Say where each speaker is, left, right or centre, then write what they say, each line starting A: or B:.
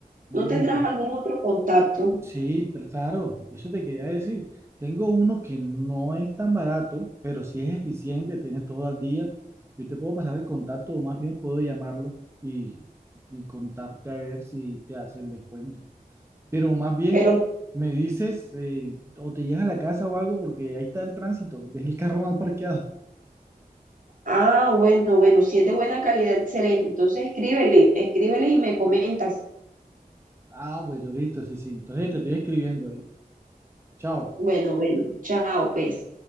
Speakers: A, on the right; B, on the right.
A: No,
B: ¿No
A: no,
B: tendrás
A: no.
B: algún otro contacto?
A: Sí, pero claro, eso te quería decir. Tengo uno que no es tan barato, pero sí es eficiente, tienes todo al día. Yo te puedo pasar el contacto, o más bien puedo llamarlo y, y contarte a ver si te hace el descuento. Pero más bien,
B: Pero,
A: me dices, eh, o te llegas a la casa o algo, porque ahí está el tránsito, dejé el carro mal parqueado.
B: ah, bueno, bueno, si es de buena calidad, excelente. Entonces escríbele, escríbele y me comentas.
A: Ah, bueno, listo, sí, sí. Entonces te estoy escribiendo y chao.
B: Bueno, bueno, chao, pues.